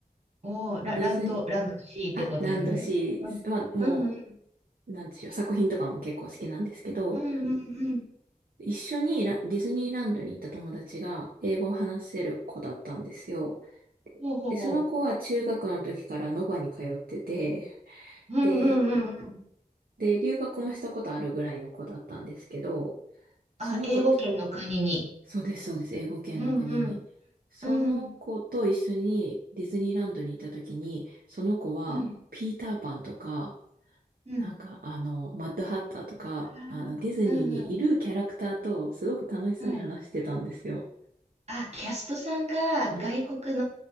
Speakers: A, on the right (about 45°); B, on the right (about 70°).
A: おー、ラ、
B: ディズニー、
A: ランド、ランド C ってことですね。
B: あ、ランドシー、
A: うん。
B: まあ、
A: うんうん。
B: もう、なんでしょう、作品とかも結構好きなんですけど、
A: うんうんうん。
B: 一緒にラディズニーランドに行った友達が英語を話せる子だったんですよ。
A: ほうほうほ
B: で、その子は中学の時からノバに通ってて、
A: う。うんうんうんうん。
B: で、で、留学もしたことあるぐらいの子だったんですけど、その子と、
A: あ、英語圏の国に。
B: そうです、そうです、英語系の国に。
A: うんうん。
B: その子と一緒にディズニーランドに行った時に、
A: うん。
B: その子はピーターパンとか、
A: うん。うん。
B: なんか、あの、マッドハッターとか、
A: あ
B: あの、
A: ーうんうん。
B: ディズニーにいるキャラクターと、すごく楽しそうに話してたんですよ。
A: うん。あ、キャストさんが外国の
B: いや、